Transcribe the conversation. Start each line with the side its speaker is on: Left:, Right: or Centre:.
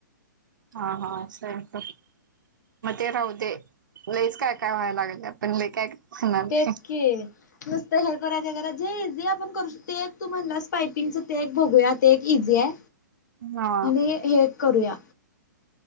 Right: हा, हा, असय तर मग ते राहू दे, लईच काय काय व्हाया लागलय आपण लई काय होणार नाही
Left: तेच की नुसत हे करायचं, करायच, जे इझी आपण करू शक ते एक तू म्हणलास पायपिंगच ते एक बघूया, ते एक इझी ये.
Right: हा
Left: आणि हे करुया.